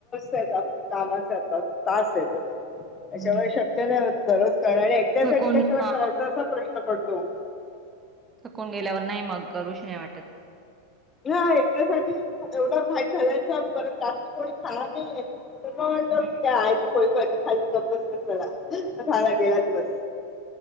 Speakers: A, on the left; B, on the right.
A: येत कामाेचे आता तास आहे तेवढ त्याच्यामुळे
B: हम्म
A: शक्य नाही दररोज करण आणि एकट्यासाठी
B: थकून
A: कशाला
B: हा
A: करायचा असा प्रश्न पडतो हो
B: थकून गेल्यावर नाही मग करूशी नाय वाटत
A: ह एकट्यासाठी एवढं काय घालायचं परत रात्री कोणी खाणार नाहीये ते मग म्हणतो
B: हम्म
A: कि त्या आहे ती पोळी कर खाली गप बसलेय चला झाला गेला दिवस